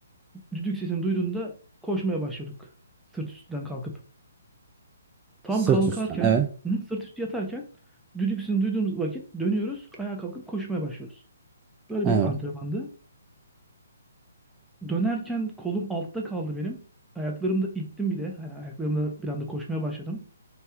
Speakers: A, in the centre; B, on the right.
A: düdük sesini duyduğunda koşmaya başlıyorduk. Sırt üstünden kalkıp. Tam
B: Sırt
A: kalkarken,
B: üstten. Evet.
A: hı, sırt üstü yatarken düdüksünü duyduğumuz vakit dönüyoruz, ayağa kalkıp koşmaya başlıyoruz. Böyle
B: Evet.
A: bir antrenmandı. Dönerken kolum altta kaldı benim. Ayaklarımda ittim bir de. Hani ayaklarımda bir anda koşmaya başladım.